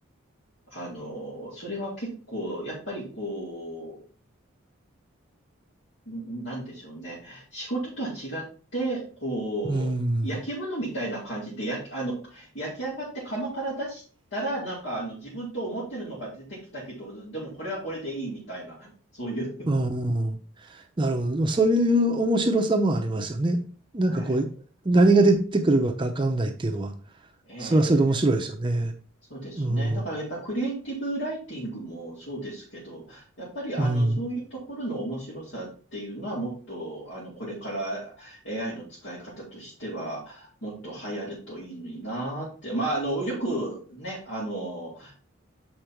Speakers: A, on the left; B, on the right.
A: あの、それは結構、やっぱりこう、んなんでしょうね。仕事とは違って、こう、
B: うん、
A: 焼き物みたいな感じで、焼き、あの、焼き上がって窯から出したら、なんか、あの、自分と思ってるのが出てきたけど、でもこれはこれでいいみたいな、そういう。
B: うん。なるほど。そういう面白さもありますよね。なんかこう、
A: <laughs> はい。
B: 何が出てくるかわかんないっていうのは、
A: ええ
B: それはそれで面白いですよね。
A: そうですね。
B: うん、
A: だからやっぱクリエイティブライティングもそうですけど、やっぱりあのそういうところの面白さっていうのはもっとあのこれから
B: うん、
A: AI の使い方としてはもっと流行るといいのになーって。まああのよくね、あの